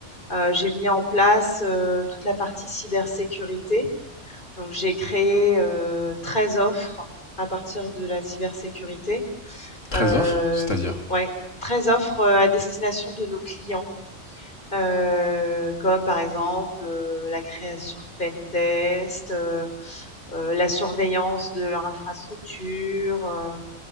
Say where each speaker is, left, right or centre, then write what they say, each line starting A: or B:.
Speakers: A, on the left; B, on the left.
A: euh, j'ai mis en place euh, toute la partie cybersécurité. Donc j'ai créé euh, 13 offres à partir de la cybersécurité.
B: 13
A: Euh,
B: offres, c'est-à-dire?
A: ouais, 13 offres euh, à destination de nos clients heu, comme par exemple, heu, la création de pentests, heu heu, la surveillance de leur infrastructure, heu